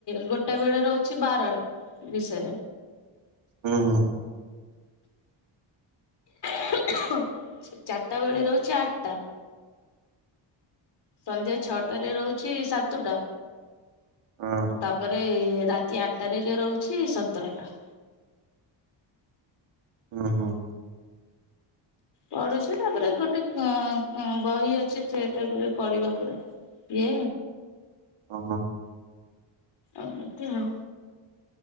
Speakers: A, on the left; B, on the right.
A: ଗୋଟେ ବେଳେ ରହୁଛି ବାରଳ ବିଷୟ।
B: ହୁଁ ହୁଁ।
A: <inaudible> ଚାରିଟା ବେଳେ ରହୁଛି ଆଠଟା। ସନ୍ଧ୍ୟା ଛଅଟାରେ ରହୁଛି ସାତଟା
B: ହଁ
A: ତାପରେ ରାତି ତି ଆଟାରେ ଯୋଉ ରହୁଚି ସତରଟା।
B: ଓହୋ।
A: ପଢୁଛି ତାପରେ ଗୋଟେ କଂକ ବହି ଅଛି ସେଟାକୁ ବି ପଢିବ ପୁରା। କିଏ
B: ଓହୋ।
A: ଏମିତି ଆଉ।